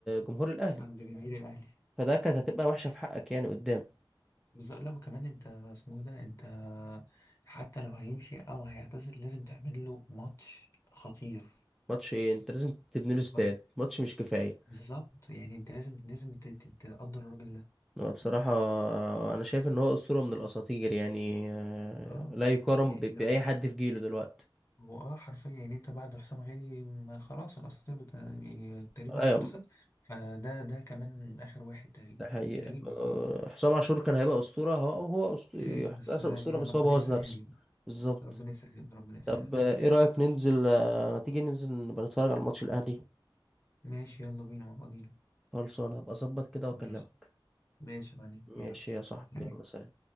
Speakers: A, in the centre; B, on the left.
A: جمهور الاهلي
B: عند جماهير الأهلي
A: فده كانت هتبقى وحشه في حقك يعني قدام
B: بالظبط لا وكمان أنت اسمه إيه ده أنت حتى لو هيمشي أو هيعتزل لازم تعمل له ماتش خطير
A: ماتش ايه انت لازم تبني له استاد
B: ما-
A: ماتش مش كفايه
B: بالظبط يعني أنت لازم لازم ت- ت- تقدر الراجل ده
A: هو بصراحه انا شايف ان هو اسطوره من الاساطير يعني آه،
B: اه
A: لا يقارن
B: يعني
A: ب-
B: ده
A: باي حد في جيله دلوقتي
B: هو اه حرفيا يعني انت بعد حسام غالي ما خلاص الاساطير بت... يعني تقريبا خلصت
A: ايوه
B: فده ده كمان اخر واحد تقريبا
A: ده حقيقة
B: تقريبا
A: آه، حسام عاشور كان هيبقى اسطوره هو هو أسط- يحتسب
B: يعني بس يعني
A: اسطوره بس
B: ربنا
A: هو بوظ
B: يسهل
A: نفسه بالظبط
B: ربنا يسهل ربنا يسهل
A: طب آه، ايه رأيك ننزل آه، ما تيجي ننزل نبقى نتفرج على ماتش الأهلي
B: ماشي يلا بينا مع بعضينا
A: خلصان هبقى اظبط كده واكلمك
B: ماشي ماشي يا معلم
A: ماشي
B: يلا
A: يا صاحبي
B: سلام
A: يلا سلام